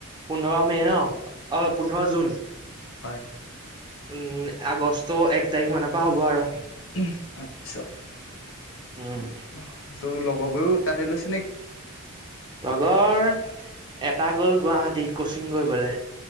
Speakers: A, on the right; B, on the left.
A: পোন্ধৰ মে' ন। অ পোন্ধৰ জুন।
B: হয়।
A: উম আগষ্ট এক তাৰিখ মানৰ পা হ'ব আৰু।
B: উ আচ্ছা
A: উম
B: উ <inaudible> তোৰ লগৰবোৰেও। তাতে লৈছে নেকি?
A: লগৰ এটা গ'ল গুৱাহাটী কচিং কৰিবলে।